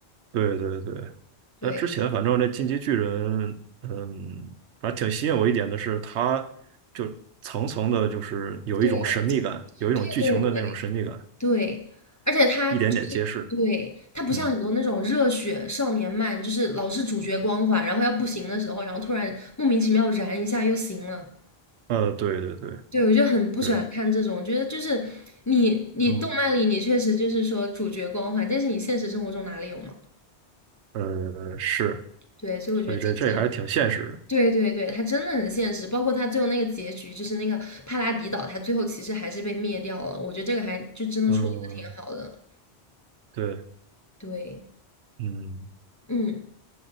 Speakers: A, on the right; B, on the left.
A: 对对对。
B: 对，
A: 那之前反正那进击巨人，嗯，反正挺吸引我一点的是，他就层层的，就是有一种神秘感，
B: 对，
A: 有一种剧情的那种神秘感，
B: 对，对，对，对，而且他就是对他不像很多那种热血少年漫，
A: 一点点揭示。嗯，
B: 就是老是主角光环，然后要不行的时候，然后突然莫名其妙燃一下又行了。
A: 呃，对对对，
B: 对，我就很不喜欢看这种，
A: 是，
B: 我觉得就是你你动漫里你确实就是说主角光环，
A: 嗯，
B: 但是你现实生活中哪里有嘛？
A: 呃，是。
B: 对，所以我觉得这一届就
A: 所以这这还是挺现实的。
B: 对对对，它真的很现实，包括它最后那个结局，就是那个帕拉迪岛，它最后其实还是被灭掉了，我觉得这个还就真的处理的挺好的。
A: 嗯，对，
B: 对，
A: 嗯，
B: 嗯，